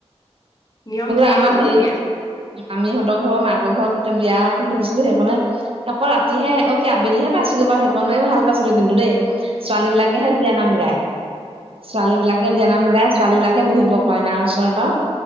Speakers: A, on the left; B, on the right.
A: নিয়ম ঢেৰ
B: আমাৰ
A: তুলনি
B: হেৰি
A: বিয়া
B: মামিহঁতৰ ঘৰৰ মাকৰ ঘৰত বিয়া এখন দেখিছিলো সেইখনে। আকৌ ৰাতিহে অ কি আবেলিহে পাইছোগে বাও সেইকনে ভাল পাইছিলো কিন্তু দেই। ছোৱালী বিলাকেহে বিয়ানাম গায়, ছোৱালী বিলাকে বিয়ানাম গায় ছোৱালী বিলাক। বহিব কইনাৰ ওচৰত আও